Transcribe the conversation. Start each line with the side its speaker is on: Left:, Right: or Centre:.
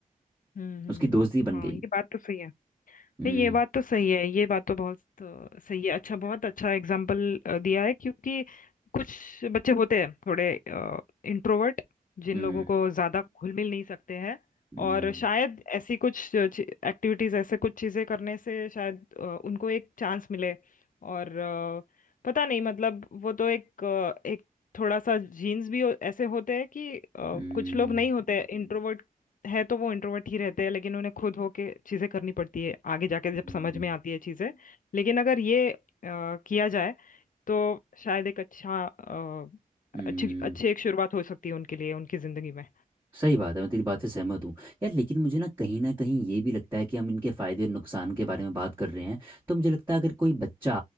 Left: हम्म हम्म
Right: उसकी
Left: हम्म।
Right: दोस्ती बन
Left: हाँ
Right: गई
Left: ये बात तो सही है
Right: हम्म
Left: नहीं ये बात तो सही है ये बात तो बहुत अ, सही है अच्छा बहुत अच्छा एग्जाम्पल दिया है क्योंकि कुछ बच्चे होते हैं थोड़े इंट्रोवर्ट जिन
Right: हम्म
Left: लोगों को ज्यादा घुल मिल नहीं सकते हैं
Right: हम्म
Left: और शायद ऐसी कुछ एक्टिविटीज ऐसे कुछ चीजें करने से शायद अ, उनको एक चांस मिले और अ, पता नहीं मतलब वो तो एक अ, एक थोड़ा सा जीन्स भी हो- ऐसे होते हैं कि अ,
Right: हम्म
Left: कुछ लोग नहीं होते इंट्रोवर्ट है तो वो इंट्रोवर्ट ही रहते हैं लेकिन उन्हें खुद होके चीजें करनी पड़ती है आगे जाके
Right: हम्म,
Left: जब समझ
Right: हम्म,
Left: में आती है चीजें लेकिन अगर ये अ, किया जाए तो शायद एक अच्छा अ,
Right: हम्म।
Left: अच्छी अच्छी एक शुरुआत हो सकती है उनके लिए उनकी जिंदगी में
Right: सही बात है मैं तेरी बात से सहमत हूँ यार लेकिन मुझे ना कहीं ना कहीं ये भी लगता है कि हम इनके फायदे और नुकसान के बारे में बात कर रहे हैं तो मुझे लगता है अगर कोई बच्चा